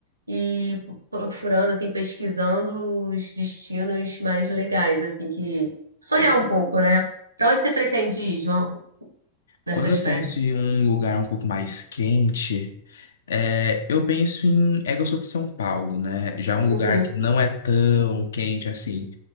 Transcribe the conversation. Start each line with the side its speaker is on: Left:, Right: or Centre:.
Right: e procurando, assim, pesquisando os destinos mais legais, assim, que sonhar um pouco, né? Pra onde você pretende ir, João, nessas
Left: Quando eu
Right: férias?
Left: penso em um lugar um pouco mais quente, É, eu penso em. É que eu sou de São Paulo, né? Já é um lugar
Right: Uhum.
Left: que não é tão quente assim.